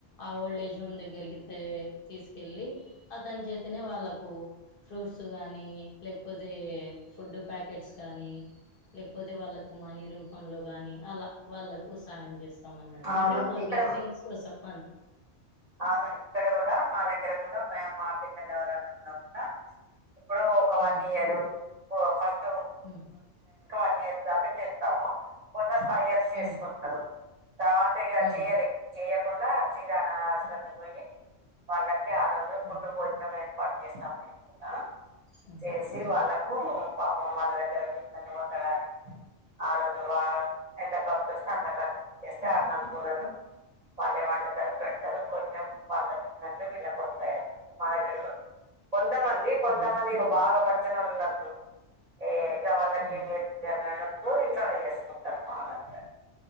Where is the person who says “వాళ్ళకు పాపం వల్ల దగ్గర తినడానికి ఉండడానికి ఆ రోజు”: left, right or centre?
Right